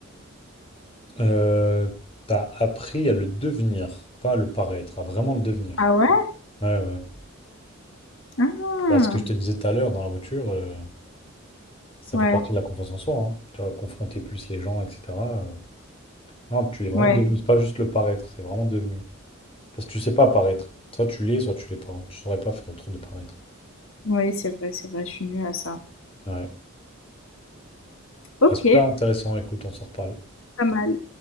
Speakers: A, on the left; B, on the left.
A: Euh, t'as appris à le devenir, pas à le paraître, à vraiment le devenir.
B: Ah ouais?
A: Ouais, ouais.
B: Ah,
A: Bah, ce que je te disais tout à l'heure dans la voiture, euh, ça
B: ouais,
A: fait partie de la confiance en soi. hein. Tu vas confronter plus les gens, etc. euh. Non, tu es vraiment
B: ouais.
A: devenu. C'est pas juste le paraître, c'est vraiment devenu. Parce que tu sais pas paraître. Soit tu l'es, soit tu l'es pas. Tu saurais pas faire le truc de paraître.
B: Oui, c'est vrai, c'est vrai, je suis nulle à ça.
A: Ouais.
B: Ok,
A: Bah, super intéressant. Écoute, on s'en reparle.
B: pas mal.